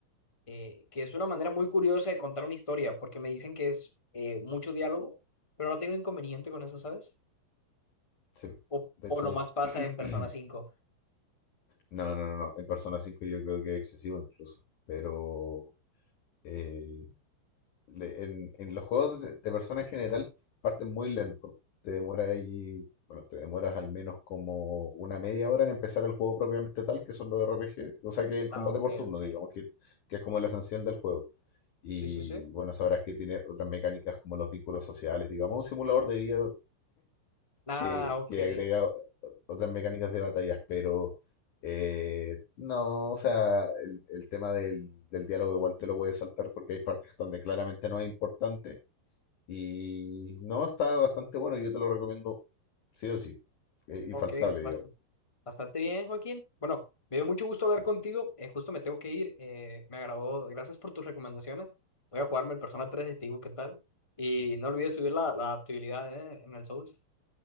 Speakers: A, on the left (about 15°); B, on the left (about 45°).
A: eh, que es una manera muy curiosa de contar una historia, porque me dicen que es eh, mucho diálogo, pero no tengo inconveniente con eso, ¿sabes?
B: sí.
A: O,
B: De hecho,
A: o nomás pasa
B: <clears throat>
A: en Persona cinco
B: No, no, no, no. En Persona 5 yo creo que es excesivo incluso. Pero eh, le- en, en los juegos de, de Persona en general parten muy lento. Te demora ahí, bueno, te demoras al menos como una media hora en empezar el juego propiamente tal, que son los RPG, o sea, que el combate
A: Ah, ok,
B: por turno,
A: ok.
B: digamos, que, que es como el esencial del juego. Y
A: Sí, sí, sí.
B: bueno, sabrás que tiene otras mecánicas como los vínculos sociales, digamos, un simulador de vida
A: Ah,
B: que,
A: ok.
B: que agrega o- otras mecánicas de batallas, pero eh, no, o sea, el, el tema del, del diálogo igual te lo puedes saltar porque hay partes donde claramente no es importante y no, está bastante bueno, yo te lo recomiendo sí o sí, eh, infaltable,
A: Ok, bast-
B: digamos.
A: bastante bien, Joaquín. Bueno, me dio mucho gusto
B: Sí.
A: hablar contigo. eh, justo me tengo que ir. eh, me agradó. Gracias por tus recomendaciones. Voy a jugarme el Persona tres y te digo qué tal. Y no olvides subir la, la adaptabilidad, eh, en el Souls.